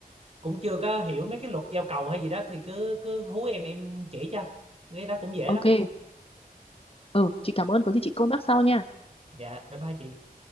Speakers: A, on the right; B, on the left.
A: cũng chưa có hiểu mấy cái luật giao cầu hay gì đó thì cứ cứ hú em em chỉ cho cái đó cũng dễ
B: ok
A: lắm
B: ừ chị cảm ơn có gì chị contact sau nha
A: dạ bye bye chị